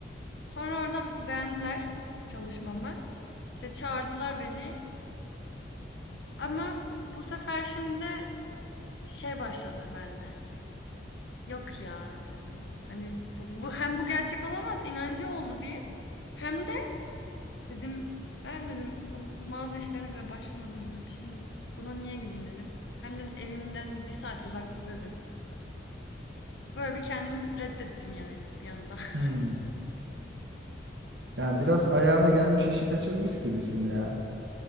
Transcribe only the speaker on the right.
Hmm. Yani biraz ayağına gelmiş işi kaçırmış gibisin ya.